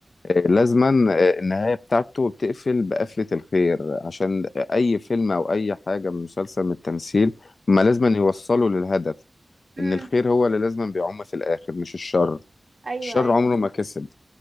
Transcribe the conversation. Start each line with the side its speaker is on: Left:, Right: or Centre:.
Left: آه، لازما آه، النهايه بتاعته بتقفل بقفله الخير عشان اي فيلم او اي حاجه من مسلسل من التمثيل ما لازما يوصلوا للهدف
Right: امم
Left: إن الخير هو اللي لازم بيعم في الآخر مش الشر
Right: أيوه
Left: الشر
Right: أيوه
Left: عمره ما كسب